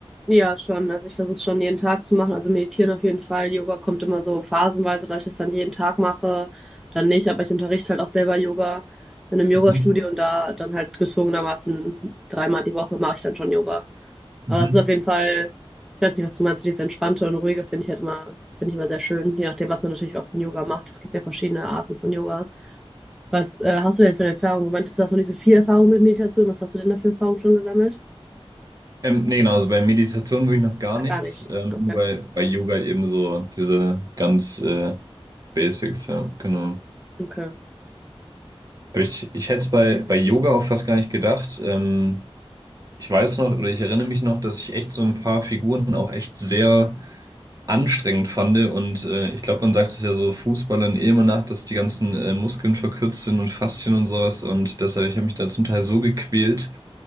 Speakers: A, in the centre; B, on the right.
A: Ja, schon. Also ich versuche es schon jeden Tag zu machen. Also meditieren auf jeden Fall. Yoga kommt immer so phasenweise, dass ich das dann jeden Tag mache, dann nicht. Aber ich unterrichte halt auch selber Yoga in einem Yogastudio
B: Mhm.
A: und da dann halt gezwungenermaßen dreimal die Woche mache ich dann schon Yoga.
B: Mhm.
A: Aber es ist auf jeden Fall, ich weiß nicht, was du meinst, dieses Entspannte und Ruhige finde ich halt immer, finde ich immer sehr schön, je nachdem, was man natürlich auch von Yoga macht. Es gibt ja verschiedene Arten von Yoga. Was äh, hast du denn für eine Erfahrung? Du meintest, du hast noch nicht so viel Erfahrung mit Meditation. Was hast du denn da für Erfahrung schon gesammelt?
B: Ähm, nee, genau, also bei Meditation würde ich noch gar nichts,
A: Gar nicht.
B: ähm,
A: Okay.
B: nur bei, bei Yoga eben so diese ganz äh, Basics, ja, genau.
A: Okay.
B: Aber ich, ich hätte es bei, bei Yoga auch fast gar nicht gedacht. Ähm, ich weiß noch oder ich erinnere mich noch, dass ich echt so ein paar Figuren auch echt sehr anstrengend fand. Und äh, ich glaube, man sagt es ja so Fußballern eh immer nach, dass die ganzen äh, Muskeln verkürzt sind und Faszien und sowas. Und deshalb, ich habe mich da zum Teil so gequält.